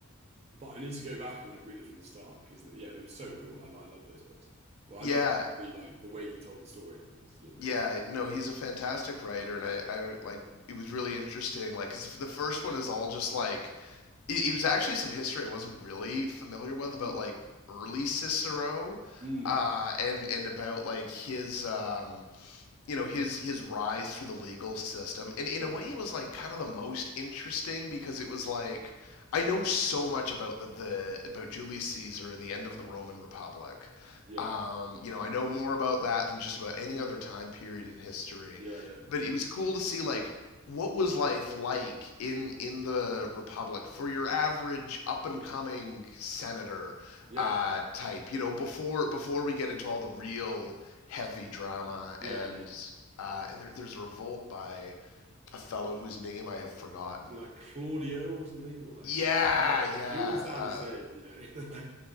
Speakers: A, on the right; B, on the left.
A: But I need to go back and like read it from the start because yeah, they were so cool. I, I love those books. Well,
B: Yeah.
A: I love the like the way he told the story and it's yeah, really,
B: Yeah,
A: really.
B: no, he's a fantastic writer, and I, I like it was really interesting. Like, 'cause the first one is all just like it, it was actually some history I wasn't really familiar with about
A: cool.
B: like early Cicero,
A: Mm, mm,
B: uh, and and about like his um, you know his his rise through the legal system and
A: sure.
B: in a way it was like kind of the most interesting because it was like i know so much about the, the about julius caesar and the end of the
A: Yeah,
B: roman republic
A: yeah,
B: um, you know i know more about that than just about any other time period in history
A: yeah, yeah,
B: but it was cool to see like what was life like in in the republic for your average up and coming senator
A: yeah,
B: uh type you know before before we get into all the real heavy drama
A: yeah.
B: and
A: yeah.
B: uh, and there, there's a revolt by a fellow whose name I have forgotten.
A: You're like Claudio or something, or like
B: Yeah,
A: they
B: yeah,
A: all sound
B: uh,
A: the same, you know, <laughs> like